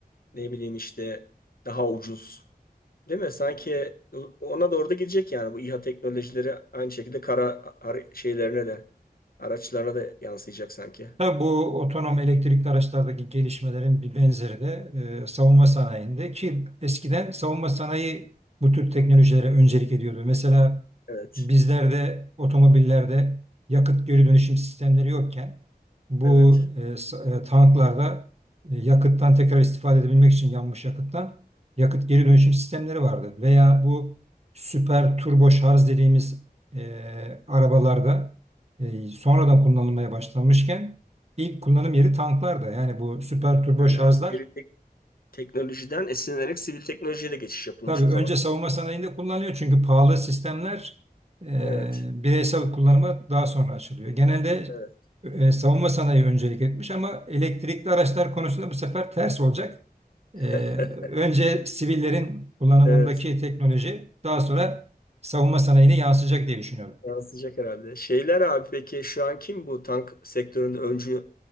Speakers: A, on the left; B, on the right.
A: ne bileyim işte daha ucuz değil mi? Sanki ona doğru da gidecek yani bu İHA teknolojileri aynı şekilde kara ara- şeylerine de araçlarına da yansıyacak sanki.
B: Ha, bu otonom elektrikli araçlardaki gelişmelerin bir benzeri de e, savunma sanayinde ki eskiden savunma sanayi bu tür teknolojilere öncelik ediyordu. Mesela
A: Evet,
B: bizlerde otomobillerde yakıt geri dönüşüm sistemleri yokken bu
A: evet.
B: e, s- e, tanklarda e, yakıttan tekrar istifade edebilmek için yanmış yakıttan yakıt geri dönüşüm sistemleri vardı. Veya bu süper turbo şarj dediğimiz e, arabalarda e, sonradan kullanılmaya başlanmışken İlk kullanım yeri tanklarda. Yani bu süper turbo
A: Yani
B: şarjlar
A: askeri tek- teknolojiden esinlenerek sivil teknolojiye de geçiş yapılmış
B: tabii
A: o
B: önce
A: zaman.
B: savunma sanayinde kullanılıyor çünkü pahalı sistemler e,
A: Evet,
B: bireysel kullanıma daha sonra açılıyor. Genelde
A: evet.
B: e, savunma sanayi öncelik etmiş ama elektrikli araçlar konusunda bu sefer ters olacak. E,
A: <laughs>
B: önce sivillerin kullanımındaki
A: Evet.
B: teknoloji daha sonra savunma sanayine yansıyacak diye düşünüyorum.
A: Yansıyacak herhalde. Şeyler abi peki şu an kim bu tank sektöründe öncü